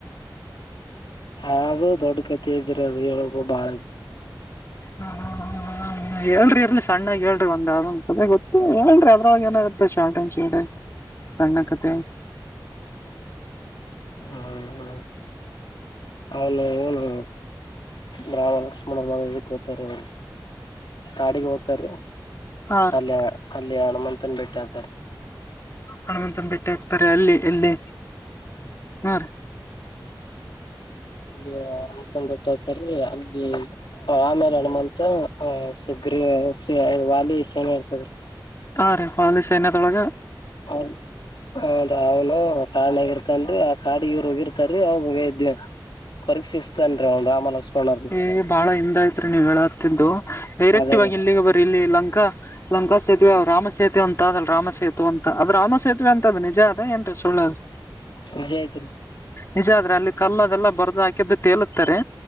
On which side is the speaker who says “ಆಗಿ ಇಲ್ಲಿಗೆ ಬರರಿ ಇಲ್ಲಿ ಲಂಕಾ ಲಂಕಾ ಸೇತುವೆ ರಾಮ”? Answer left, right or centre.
Left